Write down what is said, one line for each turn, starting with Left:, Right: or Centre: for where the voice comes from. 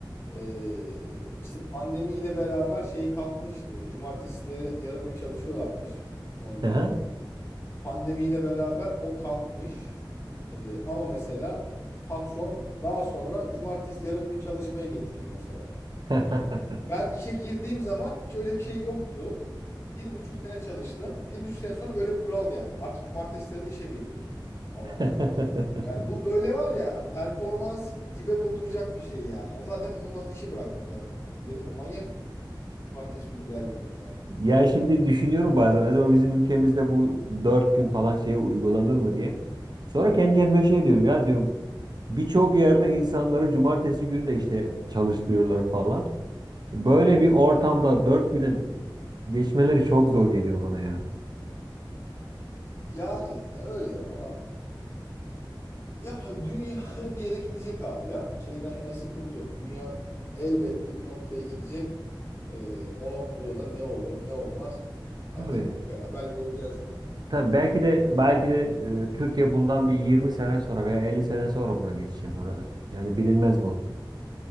Left: Ee, işte pandemiyle beraber şey kalkmıştı. Cumartesileri yarım gün çalışıyorlarmış normalde.
Right: Hı
Left: Pandemiyle beraber o kalkmış. Ee, ama mesela patron daha sonra cumartesi yarım gün çalışmaya getirdi mesela.
Right: hı.
Left: Ben
Right: <laughs>
Left: işe girdiğim zaman hiç öyle bir şey yoktu. Bir buçuk sene çalıştım. Bir buçuk sene sonra böyle bir kural geldi. Artık cumartesileri de işe geliyorsun falan.
Right: <laughs>
Left: Yani bu böyle var ya hani performansı dibe vurduracak bir şey yani. Zaten ondan sonra işi bıraktım zaten. Dedim ya, manyak Cumartesi günü geleceğim yani.
Right: Ya şimdi düşünüyorum bazen acaba bizim ülkemizde bu dört gün falan şeye uygulanır mı diye. Sonra kendi kendime şey diyorum ya diyorum birçok yerde insanları cumartesi günü de işte çalıştırıyorlar falan. Böyle bir ortamda dört güne geçmeleri çok zor geliyor bana ya.
Left: Yani öyle ama ya dünya <laughs> bir yere gidecek abi ya. Şeyden yana sıkıntı yok. Dünya elbette bir noktaya gidecek. Ee, o noktada da ne olur ne olmaz artık
Right: Tabii.
Left: hep beraber göreceğiz yani.
Right: Tabii belki de belki de e, Türkiye bundan bir 20 sene sonra veya 50 sene sonra buna geçiş yapar. Yani bilinmez bu.